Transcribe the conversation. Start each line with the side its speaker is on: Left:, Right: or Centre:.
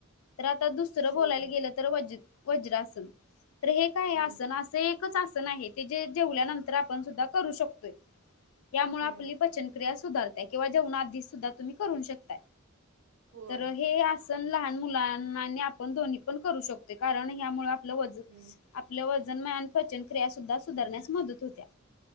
Left: तर आता दुसरं बोलायला
Right: होय
Left: गेलं तर वज वज्र असल तर हे काय
Right: हम्म
Left: आसन असं एकच आसन आहे ते जे जेवल्यानंतर आपण सुद्धा करू शकतोय यामुळे
Right: हम्म
Left: आपली पचनक्रिया सुधारताय किंवा जेवणा आधी सुद्धा तुम्ही करू शकताय
Right: होय
Left: तर हे आसन लहान मुलां आपण दोन्ही पण करू शकतो कारण हमुळे आप वन
Right: हम्म
Left: आपलं वजन पचन क्रिया सुद्धा सुधारण्यास मदत होत्या